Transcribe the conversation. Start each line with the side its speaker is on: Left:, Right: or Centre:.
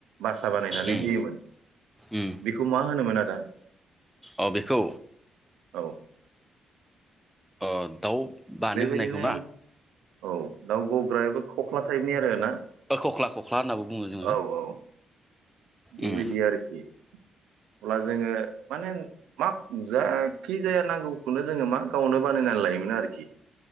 Right: बासा बानायनानै
Centre: उम
Right: होयोमोन
Centre: उम
Right: बेखौ मा होनोमोन आदा?
Centre: अ बे खौ।
Right: औ
Centre: अ दाउ बानो
Right: बेबायदिनो
Centre: होनायखौ ना
Right: औ दाउ गग्रायाबो खख्ला टाइपनि आरोना
Centre: ओ खख्ला खख्ला होननाबो बुङो जोङो
Right: औ औ । बेबायदि
Centre: उम
Right: आरोखि अब्ला जोङो माने। मा जायखि जाया नांगौखौनो जोङो मा गावनो बानायनानै लायोमोन आरोखि।